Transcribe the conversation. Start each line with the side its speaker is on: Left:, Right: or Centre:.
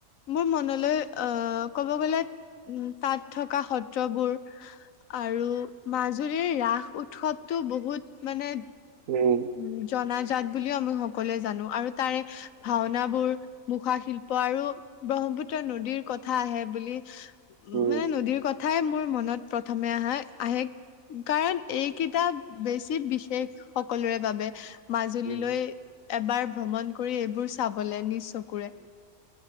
Left: মোৰ মনলৈ আহ ক'ব গলে উম তাত থকা সত্ৰবোৰ আৰু মাজুলীৰ ৰাস উৎসৱটো বহুত মানে
Right: উম।
Left: উ জনাজাত বুলিও আমি সকলোৱে জানো আৰু তাৰে ভাওনাবোৰ, মুখা শিল্প আৰু ব্ৰহ্মপুত্ৰ নদীৰ কথা আহে বুলি
Right: উম,
Left: মানে নদীৰ কথাই মোৰ মনত প্ৰথমে আহে- আহে কাৰণ এইকেইটা বেছি বিশেষ স কলোৰে বাবে, মাজুলীলৈ
Right: উম।
Left: এবাৰ ভ্ৰমণ কৰি এইবোৰ চাবলে নিজ চকুৰে